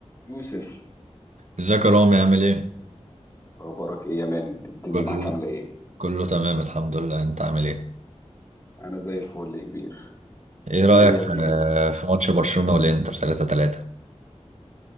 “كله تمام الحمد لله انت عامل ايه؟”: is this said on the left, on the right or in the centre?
Right